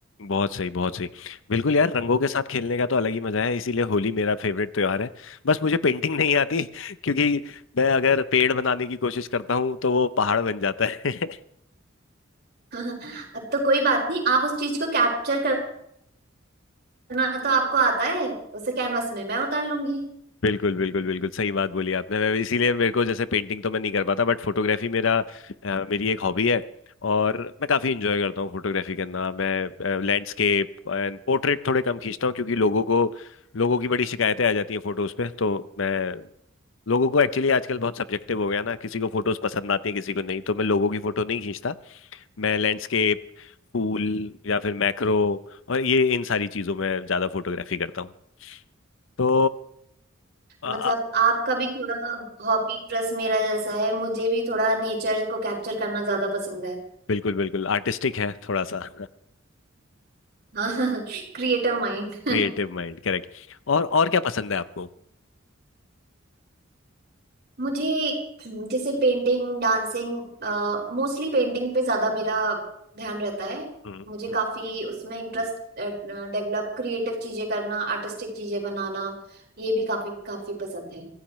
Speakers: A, on the left; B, on the right.
A: बहुत सही बहुत सही बिल्कुल यार रंगों के साथ खेलने का तो अलग ही मजा है इसीलिए होली मेरा फेवरेट त्योहार है बस मुझे पेंटिंग नहीं आती <laughs> क्योंकि मैं अगर पेड़ बनाने की कोशिश करता हूँ तो वो पहाड़ बन जाता है <laughs>
B: <laughs> तो कोई बात नहीं आप उस चीज को कैप्चर करना तो आपको आता है उसे कैनवस में मैं उतार लूंगी
A: बिल्कुल बिल्कुल बिल्कुल सही बात बोली आपने वै- इसीलिए मेरे को जैसे पेंटिंग तो मैं नहीं कर पाता बट फोटोग्राफी मेरा अ, मेरी एक हॉबी है और मैं काफ़ी इंजॉय करता हूँ फोटोग्राफी करना मैं लैंडस्केप एंड पोर्ट्रेट थोड़े कम खींचता हूँ क्योंकि लोगों को लोगों की बड़ी शिकायतें आ जाती हैं फोटोज पे तो मैं लोगों को एक्चुअली आजकल बहुत सब्जेक्टिव हो गया ना किसी को फोटोज पसंद आती है किसी को नहीं तो मैं लोगों की फोटो नहीं खींचता मैं लैंडस्केप फूल या फिर मैक्रो और ये इन सारी चीजों में ज्यादा फोटोग्राफी करता हूँ तो आ,
B: मतलब आपका भी थोड़ा हॉबी इंटरेस्ट मेरा जैसा है मुझे भी थोड़ा नेचर को कैप्चर करना ज्यादा पसंद है
A: बिल्कुल बिल्कुल आर्टिस्टिक है थोड़ा सा
B: <laughs> हाँ, क्रिएटिव माइंड <laughs>
A: Creative mind correct और और क्या पसंद है आपको
B: मुझे जैसे पेंटिंग डांसिंग मोस्टली पेंटिंग पे ज्यादा मेरा ध्यान रहता है
A: हम्म,
B: मुझे
A: हम्म,
B: काफी उसमें इंटरेस्ट डेवलप क्रिएटिव चीजें करना आर्टिस्टिक चीजें बनाना ये भी काफी काफी पसंद है